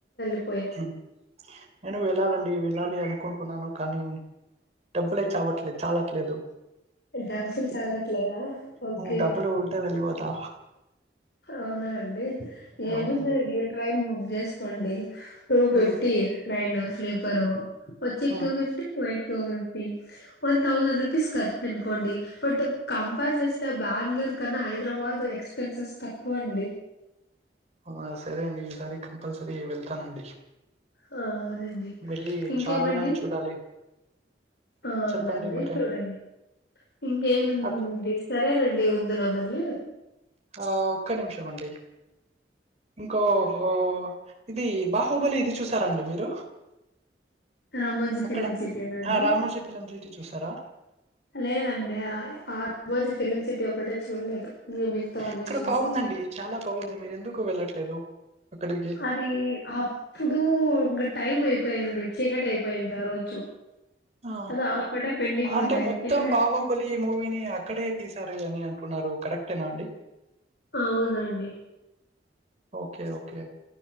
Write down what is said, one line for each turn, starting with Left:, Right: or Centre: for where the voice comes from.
Left: <inaudible>
Right: హమ్ నేను వెళ్ళాలండి వెళ్ళాలి అనుకుం కున్నాను కానీ డబ్బులే చవట్లే చాలట్లేదు
Left: డబ్బులు చాలట్లేదా ఓకే
Right: హ్మ్మ్ డబ్బులు ఉంటే వెళ్లిపోతా
Left: అవునా అండి ఏముంది
Right: అవునండి.
Left: అండి ట్రైన్ బుక్ చేసుకోండి టూ
Right: హ్మ్.
Left: ఫిఫ్టీ ట్రైన్ స్లీపరు వచ్చేక్
Right: హ్మ్.
Left: టూ ఫిఫ్టీ పోయే two fifty one thousand rupees కాడ్తు కోండి బట్ కంపేర్ చేస్తే బెంగళూరు కన్నా హైదరాబాద్ ఎక్స్పెన్సెస్ తక్కువ అండి
Right: అవునా? సరే అండి. ఈసారి కంపల్సరీ వెళ్తానండి
Left: హ అదండి
Right: వెళ్ళి
Left: ఇంకేమండి
Right: 'చార్మినార్‌ని' చూడాలి.
Left: అవునండి
Right: చెప్పండి మీరే.
Left: చూడండి ఇంకేమిండి
Right: అక్
Left: సరేనండి రబర్లే
Right: ఆ ఒక్క నిమిషం అండి ఇంకో హో ఇది బాహుబలి ఇది చూసారండి మీరు
Left: రామోజీ ఫిలిం
Right: అక్కడ
Left: సిటీనండి
Right: ఆ రామోజీ ఫిలిం సిటీ చూసారా
Left: లేదండి ఆ ఆ రామాజీ ఫిలిం సిటీ ఒకటే చూడలేదు ఇంక మిగతావన్నీ
Right: ఇక్కడ
Left: చూసా
Right: బాగుందండి చాలా బాగుంది మీరు ఎందుకు వెళ్ళట్లేదు అక్కడికి
Left: అది అప్పుడు టైమ్ అయిపోయింది చీకటి అయిపోయింది ఆ రోజు
Right: ఆ
Left: అది అదొక్కటే పెండింగ్
Right: అంటే
Left: ఉండే ఇంగ
Right: మొత్తం
Left: చీకటి అయి
Right: బాహుబలి మూవీని అక్కడే తీసార అని అంట అంటున్నారు కరెక్టేనా అండి
Left: అవునండి
Right: ఓకే ఓకే